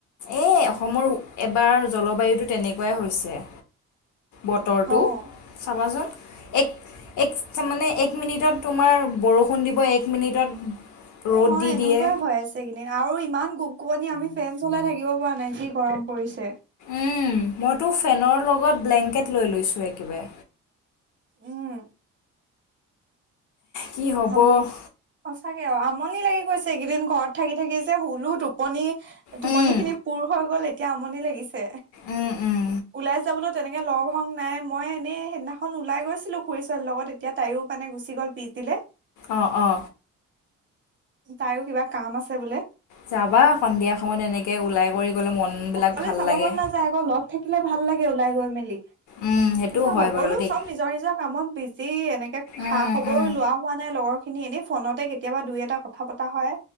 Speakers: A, on the left (about 75°); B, on the right (about 40°).
A: এই অসমৰ এবাৰ জলবায়ুটো তেনেকুৱাই হৈছে বতৰটো
B: অ'
A: চাবাচোন এক এক মানে এক মিনিটত তোমাৰ বৰষুণ দিব এক মিনিটত ৰ'দ
B: অ অ
A: দি
B: এনেকুৱাই
A: দিয়ে
B: হৈ আছে কেইদিন আৰু ইমান কম কোপনি আমি ফেন চলাই থাকিব পৰা নাই যি গৰম পৰিছে
A: উম মইতো ফেনৰ লগত ব্লেংকেট লৈ লৈছো একেৱাৰে
B: উম
A: কি হ'ব
B: উম সঁচে আমনি লাগি গৈছে এইকেইদিন ঘৰত থাকি থাকি যে হুলো টোপনি টোপনি
A: উম,
B: খিনি পুৰ হৈ গ'ল এত- এতিয়া আমনি লাগিছে
A: উম, উম,
B: ওলাই যাবলৈ তেনেকে লগ হং নাই মই এনেই সেইদিনাখন ওলাই গৈছিলো খুৰী ছোৱালীৰ লগত এতিয়া তাইও মানে গুচি গ'ল পিজ- দিলে
A: অ অ
B: তাইও কিবা কাম আছে বোলে
A: যাবা সন্ধিয়া সময়ত এনেকে ওলাই কৰি গ'লে মনবিলাক
B: অকলে
A: ভাল
B: যাব
A: লাগে।
B: মন নাযায় আকৌ অ থাকিলে ভাল লাগে ওলাই গৈ মেলি
A: উম, সেইটোও
B: তাৰপিছত
A: হয়
B: সকলো
A: বাৰু দেই।
B: চব নিজৰ নিজৰ কামত বিজ- সি এনেকে এ খা
A: উম,
B: খবৰো
A: উম,
B: লোৱা হোৱা নাই লগৰ খিনি এনেই ফোনতে কেতিয়াবা দুই এটা কথা পতা হয়